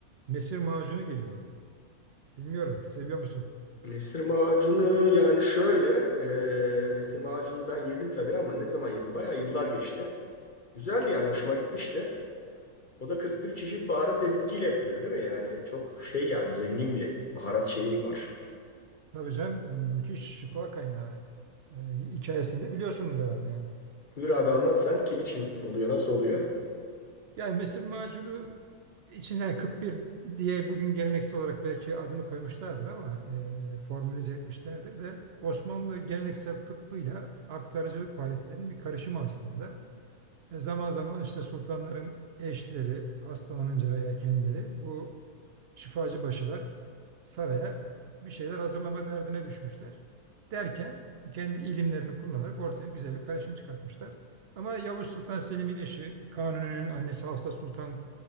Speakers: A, on the right; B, on the left.
A: Mesir macunu geliyor. Bilmiyorum seviyor musun?
B: Mesir macunu yani şöyle. E, mesir macunu ben yedim tabii ama ne zaman yedim? Bayağı yıllar geçti. Güzeldi yani hoşuma gitmişti. O da 41 çeşit baharat ve bitkiyle yapılıyor değil mi? Yani çok şey yani zengin bir baharat şeyi var.
A: Tabii canım müthiş şifa kaynağı e, hikayesinde biliyorsundur herhalde yani.
B: Buyur abi anlat sen. Kim için oluyor? Nasıl oluyor?
A: Yani mesir macunu içine 41 diye bugün geleneksel olarak belki adını koymuşlardır ama e, formülize etmişlerdir de Osmanlı geleneksel tıbbıyla aktarıcılık faaliyetlerinin bir karışımı aslında. E, Zaman zaman işte sultanların eşleri hastalanınca veya kendileri bu şifacı başılar saraya bir şeyler hazırlama derdine düşmüşler. Derken kendi ilimlerini kullanarak ortaya güzel bir karışım çıkartmışlar. Ama Yavuz Sultan Selim'in eşi Kanuni'nin annesi Hafsa Sultan